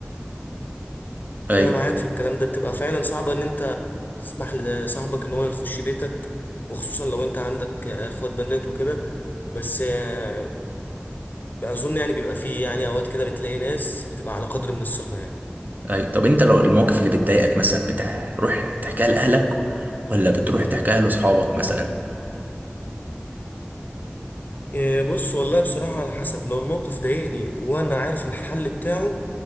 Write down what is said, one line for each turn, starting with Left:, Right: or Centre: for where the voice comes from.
Right: ايوه
Left: انا معاك في الكلام ده بتبقى فعلا صعبة ان انت تسمح لصاحبك ان هو يخش بيتك وخصوصا لو انت عندك اخوات بنات وكده بس آه، اظن يعني بيبقى فيه يعني اوقات كده بتلاقي ناس بتبقى على قدر من الثقة يعني
Right: ايوه طب انت لو المواقف اللي بتضايقك مثلا بتروح تحكيها لاهلك ولا بتروح تحكيها لاصحابك مثلا
Left: إيه، بص والله بصراحة على حسب لو الموقف ضايقني وأنا عارف الحل بتاعه